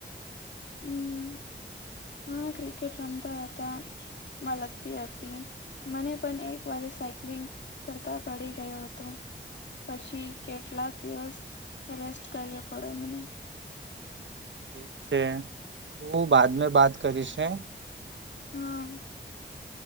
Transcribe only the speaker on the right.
ઠીક છે હું બાદ મે બાત કરીશે